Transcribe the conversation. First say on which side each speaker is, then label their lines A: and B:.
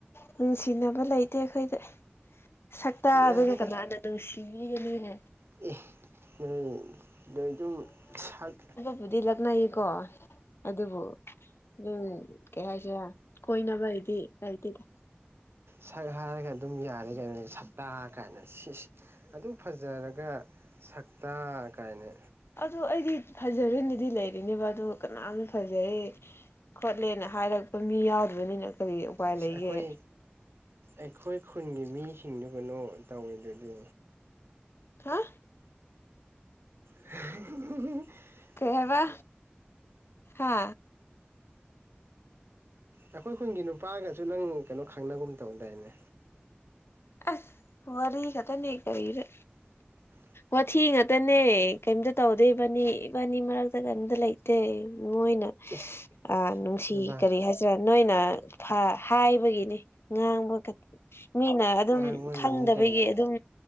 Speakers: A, on the left; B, on the right.
A: ꯅꯨꯡꯁꯤꯅꯕ ꯂꯩꯇꯦ ꯑꯩꯈꯣꯏꯗꯤ ꯁꯛꯇꯥꯗꯨꯒ
B: ꯌꯥꯔꯦꯅꯦ
A: ꯀꯅꯥꯅ ꯅꯨꯡꯁꯤꯕꯤꯒꯅꯤꯅꯦ
B: ꯑꯦ ꯅꯣꯏ ꯅꯣꯏꯗꯨꯝ ꯁꯛ
A: ꯑꯩꯕꯨꯗꯤ ꯂꯛꯅꯩꯀꯣ ꯑꯗꯨꯕꯨ ꯑꯗꯨꯝ ꯀꯩ ꯍꯥꯏꯁꯤꯔꯥ ꯀꯣꯏꯅꯕ ꯍꯥꯏꯗꯤ ꯂꯩꯇꯦꯗ
B: ꯁꯛ ꯍꯥꯏꯔꯒ ꯑꯗꯨꯝ ꯌꯥꯔꯦ ꯀꯩꯅꯣ ꯁꯛꯇꯥ ꯀꯥꯏꯅ ꯁꯤꯁ ꯑꯗꯨꯛ ꯐꯖꯔꯒ ꯁꯛꯇꯥ ꯀꯥꯏꯅ
A: ꯑꯗꯨ ꯑꯩꯗꯤ ꯐꯖꯔꯦꯅꯗꯤ ꯂꯩꯔꯤꯅꯦꯕ ꯑꯗꯨ ꯀꯅꯥꯝ ꯐꯖꯩ ꯈꯣꯠꯂꯦꯅ ꯍꯥꯏꯔꯛꯄ ꯃꯤ ꯌꯥꯎꯗꯕꯅꯤꯅ ꯀꯔꯤ ꯎꯄꯥꯏ
B: ꯑꯁ
A: ꯂꯩꯒꯦ
B: ꯑꯩꯈꯣꯏ ꯑꯩꯈꯣꯏ ꯈꯨꯟꯒꯤ ꯃꯤꯁꯤꯡꯗꯨ ꯀꯩꯅꯣ ꯇꯧꯋꯤꯗꯨꯗꯤ
A: ꯍꯥ
B: <unintelligible>
A: ꯀꯩ ꯍꯥꯏꯕ ꯍꯥ
B: ꯑꯩꯈꯣꯏ ꯈꯨꯟꯒꯤ ꯅꯨꯄꯥꯒꯁꯨ ꯅꯪ ꯀꯩꯅꯣ ꯈꯪꯅꯒꯨꯝ ꯇꯧꯗꯥꯏꯅꯦ
A: ꯑꯁ ꯋꯥꯔꯤ ꯈꯠꯇꯅꯤ ꯀꯔꯤꯔꯥ
B: <inaudible>
A: ꯋꯥꯊꯤ ꯉꯥꯛꯇꯅꯦ ꯀꯩꯝꯇ ꯇꯧꯗꯦ ꯏꯕꯥꯅꯤ ꯏꯕꯥꯅꯤ ꯃꯔꯛꯇ ꯀꯩꯝꯇ ꯂꯩ ꯇ‌ꯦ ꯃꯣꯏꯅ
B: ꯏꯁ
A: ꯑ ꯅꯨꯡꯁꯤ
B: ꯅꯕꯥꯏ
A: ꯀꯔꯤ ꯍꯥꯏꯁꯤꯔꯥ ꯅꯣꯏꯅ ꯐ ꯍꯥꯏꯕꯒꯤꯅꯤ ꯅ‌ꯣꯡꯕꯨ ꯀꯩ ꯃꯤꯅ ꯑꯗꯨꯝ
B: ꯉꯥꯡꯕꯒꯤꯅꯤ
A: ꯈꯪꯗꯕꯒꯤ
B: ꯀꯥꯏꯅ
A: ꯑꯗꯨꯝ